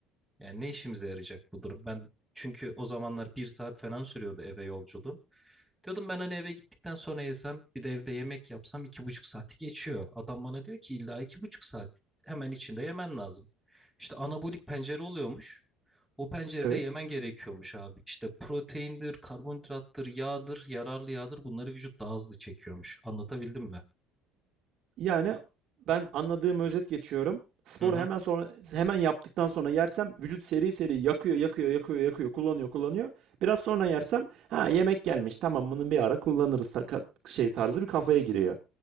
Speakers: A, in the centre; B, on the right.
A: yani ne işimize yarayacak bu durum? Ben çünkü o zamanlar bir saat falan sürüyordu eve yolculuğum. Diyordum ben hani eve gittikten sonra yesem bir de evde yemek yapsam iki buçuk saati geçiyor. Adam bana diyor ki illa iki buçuk saat hemen içinde yemen lazım. İşte anabolik pencere oluyormuş. O pencerede
B: Evet.
A: yemen gerekiyormuş abi. İşte proteindir, karbonhidrattır, yağdır, yararlı yağdır bunları vücut daha hızlı çekiyormuş. Anlatabildim mi?
B: Yani ben anladığım özet geçiyorum. Sporu
A: Hı hı.
B: hemen sonra hemen yaptıktan sonra yersem vücut seri seri yakıyor, yakıyor, yakıyor, yakıyor, kullanıyor, kullanıyor. Biraz sonra yersem ha yemek gelmiş. Tamam bunu bir ara kullanırız taka- şey tarzı bir kafaya giriyor.